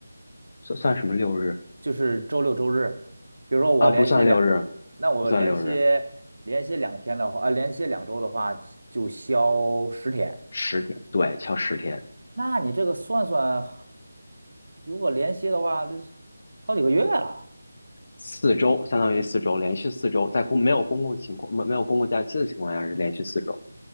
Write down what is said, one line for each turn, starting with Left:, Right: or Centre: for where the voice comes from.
Left: 算算什么六日？
Right: 就是周六周日，比如说我连歇两，
Left: 啊，不算六日，
Right: 那我连歇连歇两天的话，
Left: 不算六日，
Right: 呃，连歇两周的话就休十天。
Left: 十天，对，敲十天，
Right: 那你这个算算，如果连歇的话，这是好几个月啊。
Left: 四周，相当于四周，连续四周，在公没有公共情况，没没有公共假期的情况下是连续四周。